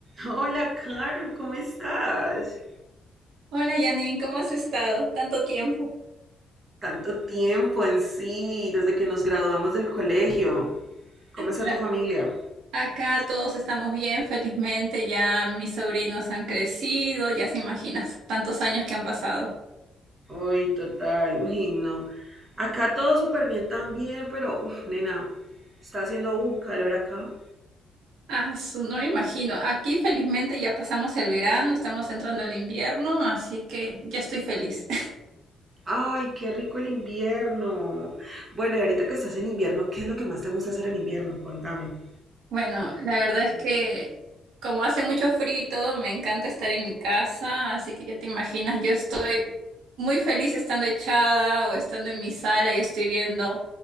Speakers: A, on the right; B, on the right.
A: Hola, Carol, ¿cómo estás?
B: Hola Janine, ¿cómo has estado? Tanto tiempo.
A: Tanto tiempo en sí, desde que nos graduamos del colegio. ¿Cómo está
B: La-
A: tu familia?
B: Acá todos estamos bien, felizmente. Ya mis sobrinos han crecido, ya se imaginas tantos años que han pasado.
A: Uy, total, uy, no. Acá todo súper bien también, pero, uf, nena, está haciendo un calor acá.
B: Ah, su- no me imagino. Aquí felizmente ya pasamos el verano, estamos entrando al invierno, así que ya estoy feliz.
A: Ay, qué rico el invierno. Bueno, y ahorita que estás en invierno, ¿qué es lo que más te gusta hacer en invierno? Contame.
B: Bueno, la verdad es que como hace mucho frío y todo, me encanta estar en mi casa, así que ya te imaginas, yo estoy muy feliz estando echada o estando en mi sala y estoy viendo